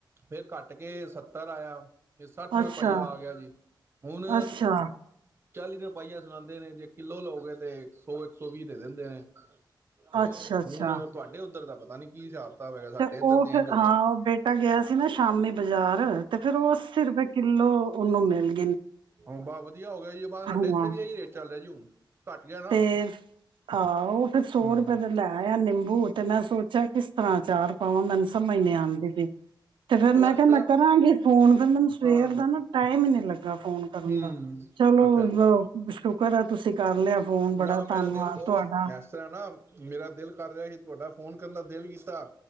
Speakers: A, on the right (about 30°); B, on the right (about 80°).
A: ਫੇਰ ਕੱਟ ਕੇ ਸੱਤਰ ਆਇਆ। ਫਿਰ ਸੱਠ ਰੁਪਏ
B: ਅੱਛਾ,
A: ਪਹੀਆ ਆ ਗਿਆ ਜੀ ਹੁਣ
B: ਅੱਛਾ,
A: ਚਾਲੀ ਰੁਪਏ ਪਾਇਆ ਸੁਣਾਉਂਦੇ ਨੇ, ਜੇ ਕਿੱਲੋ ਲੋਗੇ ਤੇ ਸੌ-ਇੱਕ ਸੌ ਵੀਹ ਦੇ ਦਿੰਦੇ ਨੇ। ਤੇ
B: ਅੱਛਾ, ਅੱਛਾ
A: ਹੁਣ ਤੁਹਾਡੇ ਉੱਧਰ ਦਾ ਪਤਾ ਨੀ ਕੀ ਹਿਸਾਬ ਕਿਤਾਬ ਹੈਗਾ ਸਾਡੇ
B: ਤੇ
A: ਇੱਧਰ
B: ਉਹ ਫਿਰ
A: ਇੰਝ ਹੋ
B: ਹਾਂ,
A: ਗਿਆ
B: ਉਹ ਬੇਟਾ ਗਿਆ ਸੀ ਨਾ ਸ਼ਾਮੀ ਬਾਜ਼ਾਰ ਤੇ ਫਿਰ ਉਹ ਅੱਸੀ ਰੁਪਏ ਕਿੱਲੋ ਉਹਨੂੰ ਮਿਲ ਗਿਆ
A: ਹਾਂ ਬਸ ਵਧੀਆ ਹੋ ਗਿਆ ਜੀ ਬਸ ਸਾਡੇ
B: ਹਾਂ
A: ਇੱਥੇ ਵੀ ਇਹੀ ਰੇਟ ਚੱਲ ਰਿਹਾ ਜੀੁ ਹੁਣ। ਘੱਟ ਗਿਆ ਨਾ
B: ਤੇ ਆਹੋ ਉਹ ਫਿਰ ਸੌ
A: ਹਮ
B: ਰੁਪਏ ਤੇ ਲੈ ਆ ਨਿੰਬੂ ਤੇ ਮੈਂ ਸੋਚਿਆ ਕਿ ਤਰ੍ਹਾਂ ਚਾਰ ਪਾਵਾਂ ਮੈਨੂੰ ਸਮਝ ਨੀ ਆਂਦੀ ਪਈ ਤੇ ਫੇਰ
A: ਉਹ
B: ਮੈਂ
A: ਇਸ
B: ਕਿਹਾ
A: ਤਰ੍ਹਾਂ
B: ਮੈਂ ਕਰਾਂਗੀ ਫੋਨ ਫਿਰ ਮੈਨੂੰ ਸਵੇਰ
A: ਹਾਂ
B: ਦਾ ਨਾ ਟਾਈਮ ਹੀ ਨੀ <unintelligible> ਫੋਨ ਕਰਨ
A: ਹੂੰ
B: ਦਾ ਚਲੋ
A: ਅੱਛਾ ਅੱਛਾ
B: ਸ਼ੁਕਰ ਆ ਤੁਸੀਂ ਕਰ ਲਿਆ ਫੋਨ ਬੜਾ
A: ਨਾ ਮੇਰਾ
B: ਧੰਨਵਾਦ
A: ਦਿਲ ਉਹ
B: ਤੁਹਾਡਾ।
A: ਐਸ ਤਰ੍ਹਾਂ ਨਾ <unintelligible> ਮੇਰਾ ਦਿਲ ਕਰ ਰਿਹਾ ਸੀ ਤੁਹਾਡਾ ਫ਼ੋਨ ਕਰਨ ਦਾ ਦਿਲ ਕੀਤਾ